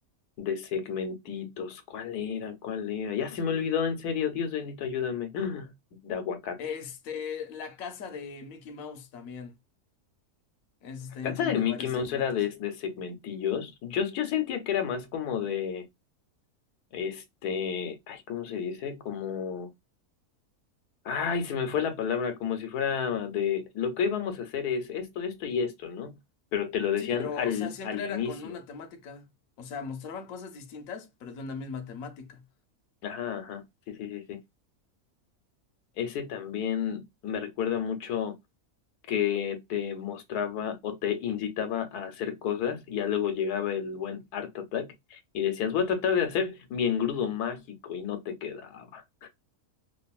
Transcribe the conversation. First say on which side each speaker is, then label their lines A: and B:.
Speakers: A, on the left (about 85°); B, on the left (about 70°).
A: De segmentitos. ¿Cuál era? ¿Cuál era? Ya se me olvidó, en serio, Dios bendito, ayúdame. <gasps> De aguacate.
B: Este, la casa de Mickey Mouse también. Esos tenían
A: Casa
B: como
A: de
B: que
A: Mickey
B: varios
A: Mouse
B: segmentos.
A: era de, de segmentillos. Yo, yo sentía que era más como de, este, ay, ¿cómo se dice? Como, ay, se me fue la palabra, como si fuera de, lo que hoy vamos a hacer es esto, esto y esto, ¿no? Pero te lo decían
B: Sí, pero,
A: al,
B: o sea, siempre
A: al inicio.
B: era con una temática. O sea, mostraban cosas distintas, pero de una misma temática.
A: Ajá, ajá, sí, sí, sí, sí. Ese también me recuerda mucho. que te mostraba o te incitaba a hacer cosas, y ya luego llegaba el buen Art Attack y decías, voy a tratar de hacer mi engrudo mágico y no te quedaba.